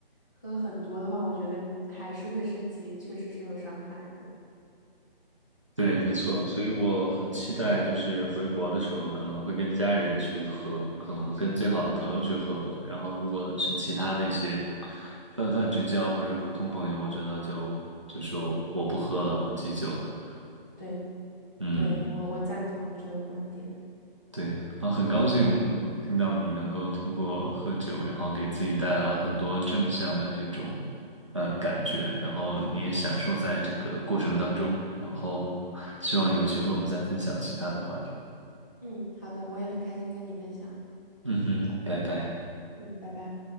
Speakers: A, on the left; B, on the right.
A: 喝很多的话，我觉得还是对身体确实是有伤害的。
B: 对，没错，所以我很期待，就是回国的时候可能会跟家人去喝，可能跟最好的朋友去喝喝，然后如果是其他的一些泛泛之交或者普通朋友，我觉得就就说我不喝了，我戒酒了。
A: <laughs> 对。
B: 嗯，
A: 对，我我赞同你这个观点。
B: 对，然后很高兴听到你能够通过喝酒，然后给自己带来了很多正向的这种呃感觉，然后你也享受在这个过程当中，然后希望有机会我们再分享其他的话题。
A: 嗯，好的，我也很开心跟你分享。
B: 嗯哼，拜拜。
A: 嗯，拜拜。